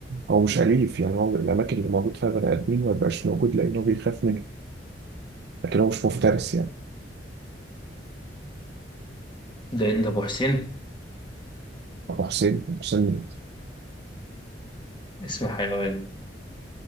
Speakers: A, on the right; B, on the left.
A: هو مش أليف يعني هو الأماكن اللي موجود فيها بني آدمين ما بيبقاش موجود لأنه بيخاف منه لكن هو مش مفترس يعني
B: ده إيه؟ ده أبو حسين
A: أبو حسين أبو حسين مين؟
B: اسم حيوان